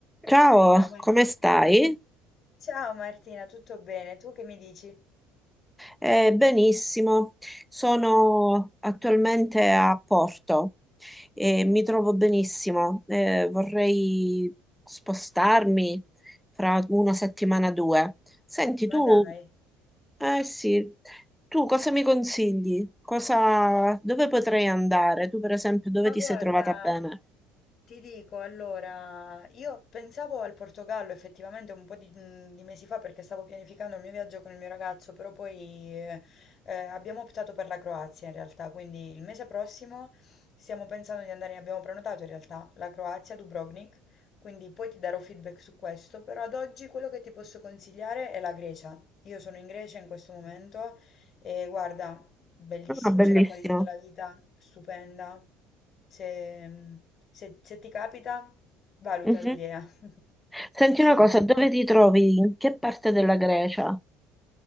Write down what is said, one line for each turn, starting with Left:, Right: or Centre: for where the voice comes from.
Centre: Ciao,
Left: Ciao Marti.
Centre: come stai?
Left: Ciao Martina, tutto bene? Tu che mi dici?
Centre: Eh, benissimo, sono attualmente a Porto e mi trovo benissimo. Eh, vorrei spostarmi fra una settimana o due. Senti, tu,
Left: Ma dai,
Centre: eh sì, tu cosa mi consigli? Cosa, dove potrei andare? Tu, per esempio, dove
Left: ma
Centre: ti
Left: guarda,
Centre: sei trovata bene?
Left: Ti dico, allora, io pensavo al Portogallo effettivamente un po' di, mhmm, di mesi fa perché stavo pianificando il mio viaggio con il mio ragazzo, però poi eh, eh, abbiamo optato per la Croazia in realtà, quindi il mese prossimo stiamo pensando di andare, abbiamo prenotato in realtà la Croazia, Dubrovnik, quindi poi ti darò feedback su questo, però ad oggi quello che ti posso consigliare è la Grecia. Io sono in Grecia in questo momento e guarda, Bellissimo,
Centre: Ah, bellissimo.
Left: c'è la qualità della vita stupenda. Se, se- se ti capita, valuta
Centre: Mhm.
Left: l'idea. <laughs>
Centre: Senti
Left: Sì.
Centre: una cosa, dove ti trovi? In che parte della Grecia?